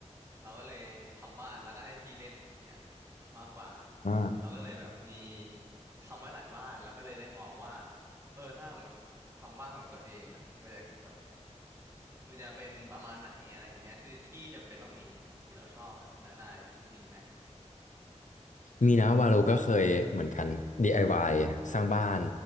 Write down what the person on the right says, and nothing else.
เราก็เลยทำบ้านแล้วก็ให้พี่เล่นอย่างเงี้ยมากกว่า
เราก็เลยแบบมีทำไว้หลายบ้านแล้วก็เลยได้มองว่าเออถ้าสมมติทำบ้านของตัวเองอ่ะมันจะแบบมันจะเป็นประมาณไหนอะไรอย่างเงี้ยที่ที่จำเป็นต้องมีที่เราชอบอ่ะแล้วนายแบบมีไหม